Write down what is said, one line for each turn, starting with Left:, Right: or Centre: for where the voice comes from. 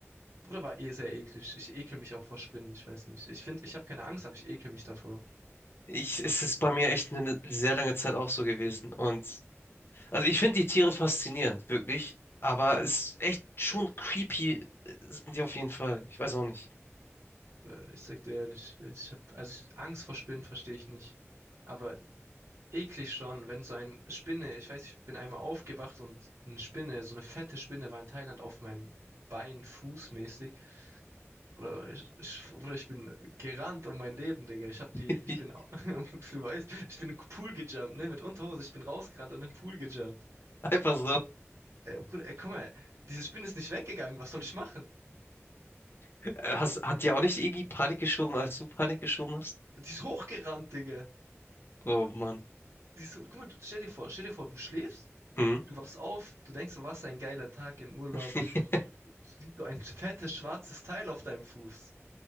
Right: Bruder, war eh sehr eklig. Ich ekel mich auch vor Spinnen, ich weiß nicht. Ich finde, ich habe keine Angst, aber ich ekel mich davor.
Left: Ich, es ist bei mir echt eine sehr lange Zeit auch so gewesen. Und also ich finde die Tiere faszinierend, wirklich. Aber es ist echt schon creepy, äh, sind die auf jeden Fall. Ich weiß auch nicht.
Right: Äh, Ich sag dir ehrlich, ich hab, also ich- Angst vor Spinnen verstehe ich nicht. Aber eklig schon, wenn so ein Spinne, ich weiß, ich bin einmal aufgewacht und eine Spinne, so eine fette Spinne war in Thailand auf meinem Bein fußmäßig. Oder ich, ich, oder ich bin gerannt um mein Leben, Digga. Ich hab die,
Left: <laughs>
Right: ich bin, au- <laughs> du weißt, ich bin im Pool gejumpt, ne, mit Unterhose, ich bin rausgerannt und im Pool gejumpt.
Left: Einfach so.
Right: Äh, Bruder, ey, guck mal, diese Spinne ist nicht weggegangen, was soll ich machen?
Left: Äh, Hast, hat dir auch nicht irgendwie Panik geschoben, als du Panik geschoben hast?
Right: Die ist hochgerannt, Digga.
Left: Oh Mann.
Right: Die ist, so, guck mal, du, stell dir vor, stell dir vor, du schläfst.
Left: Mhm.
Right: Du wachst auf, du denkst, so, was ein geiler Tag im Urlaub.
Left: <laughs>
Right: siehst So ein fettes schwarzes Teil auf deinem Fuß.